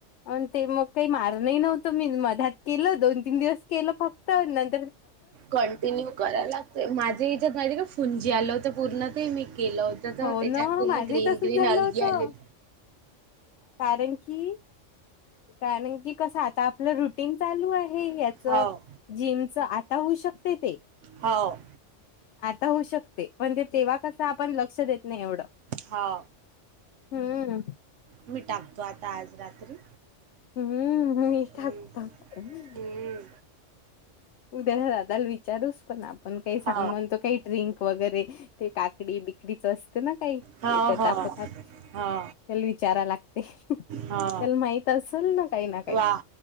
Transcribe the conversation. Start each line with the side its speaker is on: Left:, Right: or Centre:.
Left: अ ते मग काही मारण नव्हतं मी मध्यात केलं दोन तीन दिवस केलं फक्त नर
Right: कंटिन्यू करायला ते माझ्ये याचात माहीती हे का फून जे आलं होत पूर्ण ते मी केलं होतं तर
Left: हो
Right: त्याच्यावर
Left: ना
Right: पूर्ण
Left: माझंही
Right: ग्रीन
Left: तसच
Right: ग्रीन
Left: झालं
Right: अलगी
Left: होतं
Right: आलीत.
Left: कारण की कारण की कसं आता आपलं रुटीन चालू आहे यात.
Right: हाव
Left: च जिम च आता होऊ शकते ते.
Right: हाव
Left: आता होऊ शकते पण ते तेव्हा कसं आपण लक्ष देत नाही एवढं.
Right: हा.
Left: हम्म.
Right: मी टाकतो आता आज रात्री.
Left: हम्म मीठता
Right: हम्म
Left: टाकत ना,
Right: हम्म
Left: उद्या त्या दादाला विचारूस पण आपण काही सांग
Right: हा
Left: म्हणतो काही ड्रिंक वगैरे ते काकडी बिकडीच असते ना काही.
Right: हा
Left: याच्यात
Right: हा
Left: दाखवतात त्याल
Right: हा
Left: विचारा लागते.
Right: हा
Left: त्याला माहित असेल ना काही ना काही
Right: वा